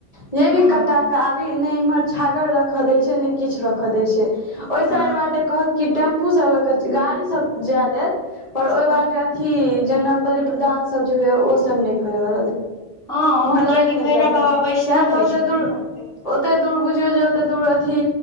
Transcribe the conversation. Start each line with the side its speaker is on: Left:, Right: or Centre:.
Left: ये भी
Centre: हँ
Left: कटा के आबी ने इम्हर छागर रखऽ दै छै ने किछु रखऽ दै छै ओहि
Centre: हँ
Left: साइड बारटे कहत की टेम्पू सब ल के गाड़ी सब जाय देत पर ओहि
Centre: हँ
Left: बारटे की जेना बलि प्रदान सब जे होयओ सबा निय कहिओ
Centre: हँ
Left: मोहल्लाय
Centre: तऽ कियकि
Left: नहि
Centre: भैरव
Left: जा देे
Centre: बाबा वैष्णव
Left: क्य तऽ
Centre: होइ
Left: होते
Centre: छथिन
Left: द
Centre: ने
Left: ओते दूर बुझियौ जे ओते दूर अथी